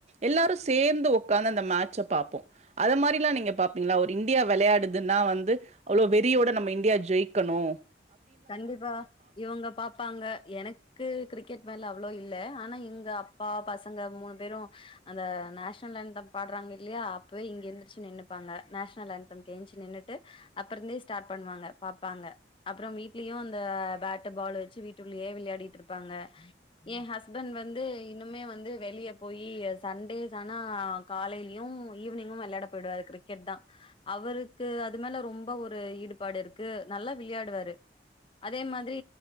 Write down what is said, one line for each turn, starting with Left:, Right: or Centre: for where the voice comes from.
Right: எல்லாரு சேந்து உக்காந்து அந்த மேச்ச பாப்போ அது மாரிலா நீங்க பாப்பீங்களா ஒரு இந்தியா வெளயாடுதுனா வந்து அவ்ள வெறியோட நம்ம இந்தியா ஜெயிக்கணும்
Left: கண்டிப்பா இவுங்க பாப்பாங்க எனக் க்கு கிரிக்கெட் மேல அவ்ளவு இல்ல ஆனா எங்க அப்பா பசங்க மூணு பேரு அந்த நேஷனல்லாந்தம் பாடுறாங்க இல்லயா அப்பவே இங்க எந்ரிச்சு நின்னுப்பாங்க நேஷனல் லாந்தம் எந்ரிச்சு நின்னுட்டு அப்றந்தே ஸ்டார்ட் பண்ணுவாங்க பாப்பாங்க அப்றம் வீட் வீட்லயு அந்த பேட்டு பால் வச்சு வீட்ள்ளேயே வெளையாடிட்டு இருப்பாங்க என் ஹஸ்பண்ட் வந்து இன்னுமே வந்து வெளிய போயி சண்டேஸ் ஆனா காலைல்யூ ஈவினிங்கு வெளையாட போயிடுவாரு கிரிக்கெட் தா அவுருக்கு அது மேல ரொம்ப ஒரு ஈடுபாடு இருக்கு நல்லா விளையாடுவாரு அதே மாதிரி